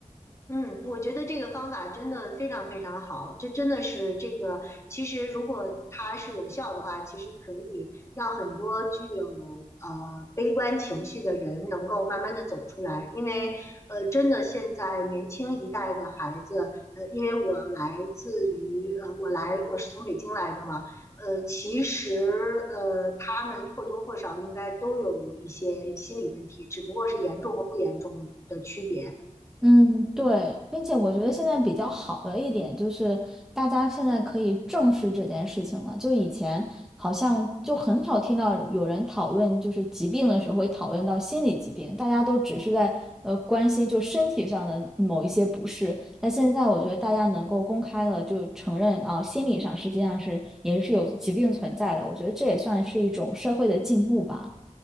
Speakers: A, on the left; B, in the centre.
A: 嗯，我觉得这个方法真的非常非常好，这真的是这个，其实如果它是有效的话，其实可以让很多具有呃悲观情绪的人能够慢慢的走出来，因为呃真的现在年轻一代的孩子，呃，因为我来自于呃我来我是从北京来的嘛，呃，其实呃他们或多或少应该都有一些心理问题，只不过是严重和不严重的区别。
B: 嗯，对，并且我觉得现在比较好的一点就是，大家现在可以正视这件事情了。就以前好像就很少听到有人讨论，就是疾病的时候会讨论到心理疾病，大家都只是在呃关心就身体上的某一些不适。但现在我觉得大家能够公开的就承认啊，心理上实际上是也是有疾病存在的。我觉得这也算是一种社会的进步吧。